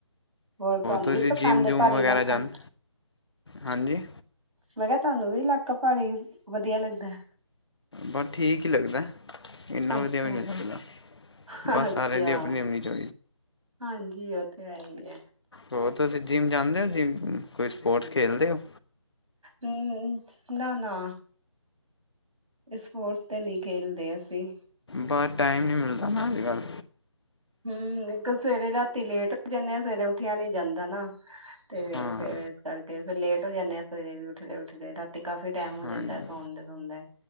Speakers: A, on the right; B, on the left.
A: ਹੋਰ ਤੁਹਾਨੂੰ
B: ਤੁਸੀਂ
A: ਵੀ ਪਸੰਦ
B: ਜਿੰਮ
A: ਹੈ
B: ਜੂਮ
A: ਪਹਾੜੀ
B: ਵਗੈਰਾ
A: ਇਲਾਕਾ,
B: ਜਾਂਦੇ ਹਾਂਜੀ
A: ਮੈਂ ਕਿਹਾ ਤੁਹਾਨੂੰ ਵੀ ਇਲਾਕਾ ਪਹਾੜੀ ਵਧੀਆ ਲੱਗਦਾ ਐ।
B: ਬਟ ਠੀਕ ਹੀ ਲੱਗਦਾ ਇੰਨਾ
A: ਅੱਛਾ
B: ਵਧੀਆ ਵੀ ਨਹੀਂ ਲੱਗਦਾ
A: ਅੱਛਾ।
B: ਬਸ
A: ਅੱਛਾ
B: ਸਾਰਿਆਂ ਦੀ ਆਪਣੀ ਆਪਣੀ ਚੋ
A: ਹਾਂਜੀ ਉਹ ਤੇ ਹੈ ਹੀ ਹੈ।
B: ਹੋਰ ਤੁਸੀਂ ਜਿੰਮ ਜਾਂਦੇ ਹੋ ਜਿਮ, ਕੋਈ ਸਪੋਰਟਸ ਖੇਲਦੇ ਹੋ।
A: ਹੂ ਨਾ ਨਾ ਸਪੋਰਟਸ ਤੇ ਨਹੀਂ ਖੇਲਦੇ ਅਸੀਂ।
B: ਬਸ ਟਾਈਮ ਨਹੀਂ ਮਿਲਦਾ ਨਾ, ਅਜ ਕੱਲ।
A: ਹੂ ਇੱਕ ਸਵੇਰੇ ਰਾਤੀ ਲੇਟ ਹੋ ਜਾਂਦੇ ਆ ਸਵੇਰੇ ਉੱਠਿਆ ਨੀ ਜਾਂਦਾ ਨਾ। ਤੇ
B: ਹਾਂ
A: ਫੇਰ ਇਸ ਕਰਕੇ ਫਿਰ ਲੇਟ ਉਠ ਜਾਂਦੇ ਆਂ ਸਵੇਰੇ, ਵੀ ਉਠਦੇ ਉਠਦੇ ਰਾਤੀ ਕਾਫੀ ਟਾਈਮ ਹੋ
B: ਹਾਂਜੀ
A: ਜਾਂਦਾ ਸੌਨਦੇ ਸੁਨਦੇ,